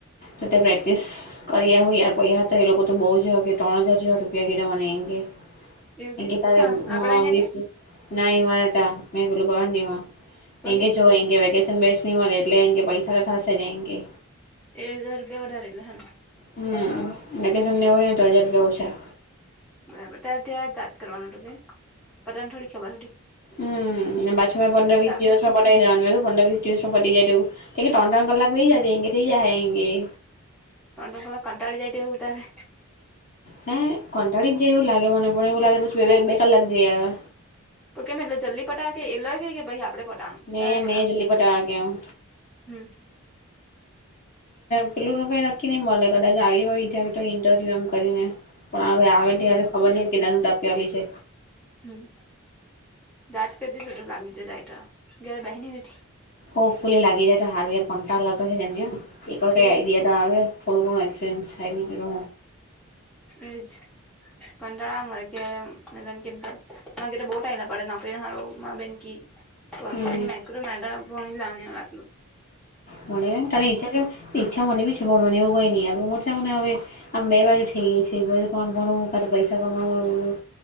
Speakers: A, on the left (about 40°); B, in the centre.
A: ત તે પ્રેક્ટસ કરી્યા હું યાર પછયા હતા એ લોકો તો બહુ જગ ત્રણ હજાર હાર રૂપિયા કરવાને એંગે
B: એવું
A: એ કે તારે
B: કા આપડા અહીંયા
A: વીસસ
B: કે
A: ના મારાટા મેં પોલું કરવા દી
B: પહી
A: એંગે જો એ વેકે બેચણી મળરેે એટલે આે પૈસા લઠાશે જંગે
B: એક હજાર રૂપિયાઢારેલા હાલ
A: હમ વેકેશન ને હોયને તો હજાર રૂપિયા ઓછા
B: બરાબર ત્યારે ત્યાં જાત કરવાનું હત કે પ તને થોડી ખબર હતી હતી
A: હમ અને પાછી મેં પંદર વીસ
B: દે
A: દિવસ માં પટી દવા પંદર વીસ ટ્યુ પટી જાયવું કે ત્રણ ત્રણ કલાક વ જજ એ થઈ જાય એે
B: તટો સોલા કંટાળી જાય ત્યારે
A: હે કંટાળી જાય એવું લાગે મને પણે એવું લાગે પછી બે ક લક જાય હવે
B: તો કેમ એટલે જલ્દી પટા કે એ લ કે ભાઈ આપ કપડે પટાનું
A: મેં
B: તારે પટ
A: મેં જલ્દી પટાવા કે હું
B: હમ
A: પેલું નું કઈ નક્કી નહી મળે કદાચ આવી હો આવી જાય તો ઇન્ટરવ્યુ એમ કરીને પણ હવે આવે
B: બરાબર
A: ્યારે ખબર ન કેટનું ટપ્યાલી છે
B: હમ જાત કરજટો લાગી જો જાય તો ઘરે બહેની નથી
A: હો પ લાગી જાય તો સાા ઘંટા લાગે છે જને એક કર ક
B: એજ
A: આ દ દ આવે હળગ એક્સપીરયન્સ થ આવીટરો
B: એજ કંટાળારે કેમ બોટલા પડે નાકરીમાં બેન ક પણ
A: હમ
B: પણ હ મૈકું મારા ભણી લાવને વાટલું
A: મને ત ચ્છા ઈ્છા મને બ ભણવાનું એવું કઈ નહીં મોટા મોને હવે આમ બે બાજુ થઈ ગઈ છે બાધુ કામ ભણું કા પૈસા કમાવું